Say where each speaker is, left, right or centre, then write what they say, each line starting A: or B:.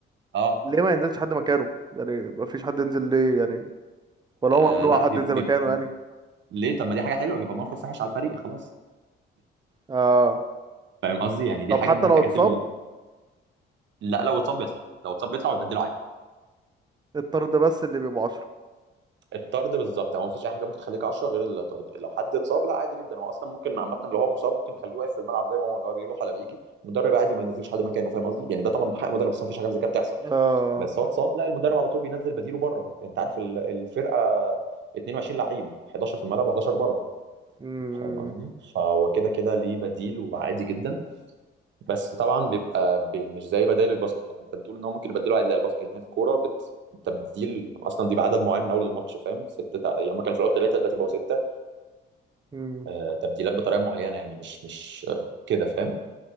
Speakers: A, on the right; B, on the right.
A: اه
B: ليه ما ينزلش حد مكانه يعني ما فيش حد ينزل ليه يعني ولا
A: آه،
B: هو ممنوع
A: لا
B: حد
A: بيبقى,
B: ينزل
A: بيبقى
B: مكانه يعني
A: ليه طب ما دي حاجه حلوه بيبقى موقف وحش على الفريق خلاص
B: آه
A: فاهم قصدي يعني دي
B: طب
A: حاجه
B: حتى
A: من الحاجات
B: لو اتصاب
A: اللي لا لو اتصاب بيطلع لو اتصاب بيطلع ويبدله عادي
B: الطرد بس اللي بيبقوا عشرة
A: الطرد بالظبط يعني هو مفيش اي حاجه ممكن تخليك 10 غير الطرد لو حد اتصاب لا عادي جدا هو اصلا ممكن عامه لو هو مصاب ممكن نخليه واقف في الملعب زي ما هو لو بيروح ولا بيجي المدرب عادي ما ينزلش حد مكانه فاهم قصدي يعني ده طبعا من حق المدرب بس مفيش حاجه زي كده بتحصل
B: آه
A: بس هو اه اتصاب لا المدرب على طول بينزل بديله بره انت عارف ال- الفرقه 22 لعيب 11 في الملعب و11 بره
B: مم.
A: فاهم قصدي فهو كده كده ليه بديل وعادي جدا بس طبعا بيبقى بي مش زي بدائل الباسكت يعني انت بتقول ان هو ممكن يبدلوا عدل الباسكت هنا الكوره بت... تبديل اصلا دي بعدد معين من اول الماتش فاهم سته تع... يعني هما كانوا في الاول ثلاثه دلوقتي بقوا سته
B: مم.
A: آه تبديلات بطريقه معينه يعني مش مش آه كده فاهم